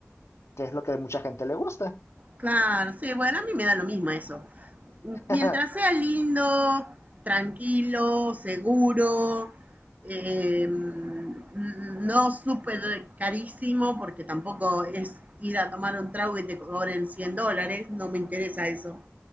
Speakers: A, on the left; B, on the right.
A: que es lo que a mucha gente le gusta.
B: Claro, sí, bueno, a mí me da lo mismo eso.
A: <laughs>
B: mientras sea lindo, tranquilo, seguro, eh, no súper carísimo, porque tampoco es ir a tomar un trago y te cobren 100 dólares, no me interesa eso.